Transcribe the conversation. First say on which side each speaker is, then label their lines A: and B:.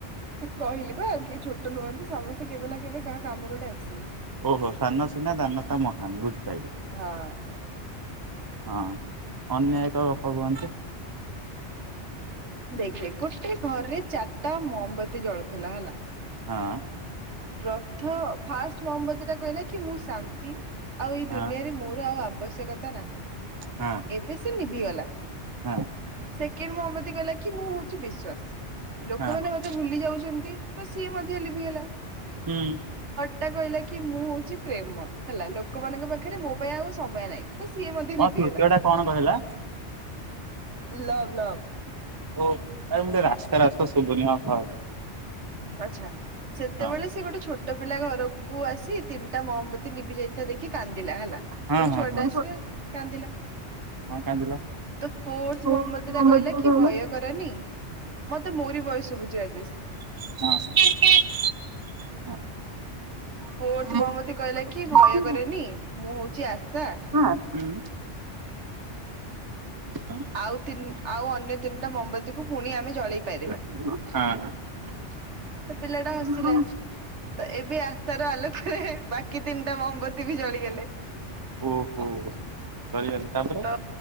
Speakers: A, on the right; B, on the right.
A: କହିଲି ବା କିଏ ଛୋଟ ନୁହନ୍ତି। ସମସ୍ତେ କେବେ ନା କେବେ କାହା କାମରେ ଗୋଟେ ଆସିବେ।
B: ଓହୋ! ସାନ ସିନା ଦାନତା ମହାନ ବୁଝି ପାଇଲି।
A: ହଁ।
B: ହଁ। ଅନ୍ୟ ଏକ ଗପ କୁହନ୍ତୁ।
A: ଦେଖେ ଗୋଟେ ଘରେ ଚାରିଟା ମହୋମବତୀ ଜଳୁଥିଲା ହେଲା।
B: ହଁ
A: ପ୍ରଥ ଫାଷ୍ଟ ମୋହମବତୀ ଟା କହିଲା କି ମୁଁ ଶାନ୍ତି ଆଉ ଏଇ
B: ହଁ
A: ଦୁନିଆରେ ମୋର ଆଉ ଆବଶ୍ୟକତା ନାହିଁ।
B: ହଁ
A: ଏବେ ସେ ଲଭିଗଲା
B: ହଁ
A: ସେକେଣ୍ଡ ମହମବତି କହିଲା କି? କି ମୁଁ ହେଉଛି ବିଶ୍ଵାସ। ଲୋକମାନେ
B: ହଁ।
A: ମତେ ଭୁଲି ଯାଉଛନ୍ତି। ତ ସିଏ ମଧ୍ୟ ଲିଭିିଗଲା।
B: ହୁଁ।
A: ଟା କହିଲା କି ମୁଁ ହଉଛି ପ୍ରେମ। ହେଲା ଲୋକମାନଙ୍କ ପାଖରେ ମୋ ପାଇଁ ଆଉ ସମୟ ନାହିଁ। ତ ସିଏ ମଧ୍ୟ
B: ମୋ
A: ନିଭିିଗଲା।
B: ତୃତୀୟ ଟା କଣ କହିଲା
A: ଲଭ ଲଭ।
B: ଓ ଏ ମୁଟେ ରାସ୍ତା ରେ ଅଛି ତ ଶୁବୁନି ହଁ କହ।
A: ଆଚ୍ଛା! ସେତେବେଳେ
B: ହଁ।
A: ସେ ଗୋଟେ ଛୋଟ ପିଲା ଘରକୁ ଆସି ତିନିଟା ମହମବତୀ ଲିଭି ଯାଇ ସେ ଦେଖି କାନ୍ଦିଲା ହେଲା।
B: ହଁ
A: ଗୋଟେ
B: ହଁ
A: ଛୁଆ
B: ହଁ।
A: ଟା ଆସିଲା କାନ୍ଦିଲା।
B: ହଁ କାନ୍ଦିଲ।
A: ତ ଫୋର୍ଥ
B: ହଁ ହଁ
A: ମହମବତୀ ଟା କହିଲା କି
B: ହଁ।
A: ଭୟ
B: ହୁଁ।
A: କରନି। ମତେ ମୋରି ବୟସ ବୁଝି <unintelligible> ଆଜେଶ।
B: ହଁ <inaudible>
A: ଫୋର୍ଥ
B: ମେମ୍ବରଟାକୁ
A: ମହମବତୀ କହିଲା କି ଭୟ କରନି। ମୁଁ ହେଉଛି ଆସ ସାର୍।
B: ହଁ। ହୁଁ <unintelligible>
A: ଆଉ ତିନି ଆଉ ଅନ୍ୟ ତିନିଟା ମହମବତୀକୁ ପୁଣି ଆମେ ଜଳେଇ ପାରିବା।
B: ଉ ହଁ ହଁ। <unintelligible>
A: ତ ପିଲା ଟା
B: ଅ ଓହୋ
A: ହସିଲା ତ ଏବେ ଆସ୍ଥାର ଆଲୋକରେ ବାକି ତିନିଟା ମହମବତୀ ବି ଜଳିଗଲେ।
B: ହୋ ହୋ ଡରିଗଲି ତାପରେ
A: ତ